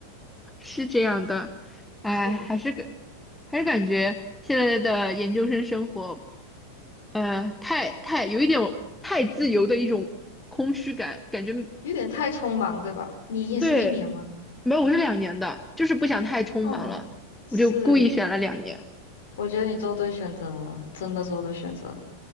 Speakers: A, in the centre; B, on the left (about 55°).
A: 是这样的，
B: <laughs>
A: 哎，
B: 是。
A: 还是感还是感觉现在的研究生生活，呃，太太有一点太自由的一种空虚感，感觉
B: 有点太匆忙，对吧？你也是一年吗？
A: 对，没有，我是两年的，就是不想太匆忙了，
B: 哦，是，
A: 我就故意选了两年，
B: 我觉得你做对选择了，真的做对选择。